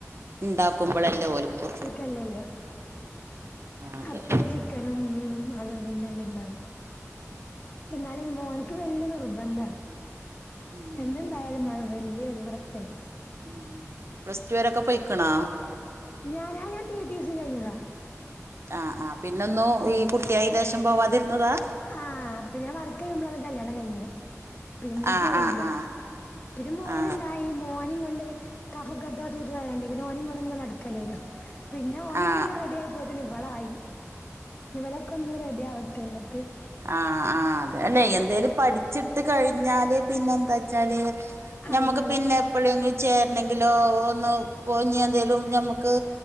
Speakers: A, on the right; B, on the left.
A: ണ്ടാക്കുമ്പളല്ലേ ഓൽക്കു.
B: അല്ലല്ല
A: അതെ
B: അപ്പോ ചിക്കനും മീനും അതോതന്നെല്ലാം ഇണ്ടാവാ പക്ഷെ എന്നാലും മോനക്ക് വെള്ളി നിർബന്ധാ
A: ഉം
B: എണ്ടായാലും
A: അതന്നെ
B: വ വെള്ളിയ അന് പ്രത്യേകിച്ച്
A: ഉം പ്ലസ് റ്റു വരൊക്കെ പൊയ്ക്ക്ണാ.
B: ഞാനാ ഞാൻ ടി ടി സി കയ്ഞ്ഞതാ.
A: ആഹ് ആ പിന്നൊന്നു
B: ഉം
A: ഈ കുട്ട്യായിൻ്റെശം പോവാതിര്ന്നതാ.
B: ആഹ് പിന്നെ വർക്ക് കഴിയുമ്പോളാണ് കല്യാണം കഴിഞ്ഞത് പിന്നെ
A: ആ
B: പോയില്ല
A: ആ ആ
B: പിന്നെ മോന്ണ്ടായി
A: ആ
B: മോനിം കൊണ്ട് കഫക്കെട്ട് ഇത് അതുതും അയാണ്ടെ പിന്നെ ഓനിം കൊണ്ട്ങ്ങ നടക്കല്ലെനിയോ പിന്നെ ഓന്ന്ന്
A: ആ
B: റെഡിയായപ്പോത്തിന് ഇവളായി. ഇവലൊക്കെ ഒന്ന് റെഡി ആവട്ടെ ന്നിട്ട്
A: ആഹ ആഹ് അതെ അല്ലെ എന്തേലും പഠിച്ചിട്ട് കഴിഞ്ഞാല് പിന്നെ എന്താച്ചാല്. ഞ്ഞമ്മക്ക്
B: അതെ അതെ
A: പിന്നെ എപ്പളേങ്കി ചേരണെങ്കിലോ ഒന്ന് ഒഞ്ഞന്തേലും ഞമ്മക്ക്.